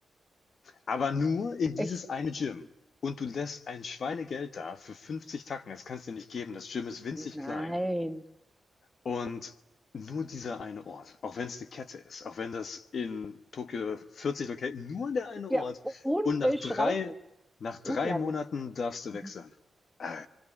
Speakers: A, on the left (about 65°); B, in the centre.
A: Aber nur in dieses
B: Echt?
A: eine Gym. Und du lässt ein Schweinegeld da für 50 Tacken. Das kannst du dir nicht geben. Das Gym ist winzig
B: Nein.
A: klein. Und nur dieser eine Ort, auch wenn es eine Kette ist, auch wenn das in Tokio 40 Locations, nur der eine
B: Ja,
A: Ort.
B: unbeschreiblich.
A: Und nach drei, nach drei
B: Unglaublich.
A: Monaten darfst du
B: Mhm.
A: wechseln. Äh,